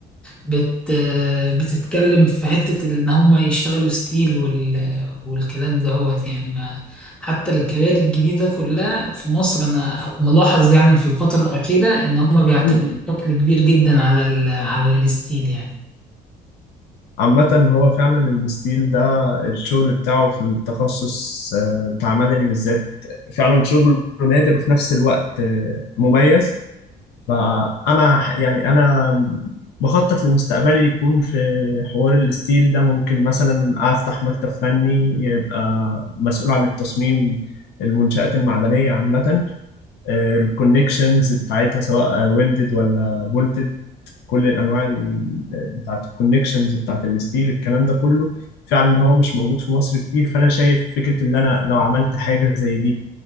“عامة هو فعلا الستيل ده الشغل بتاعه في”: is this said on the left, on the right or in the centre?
Left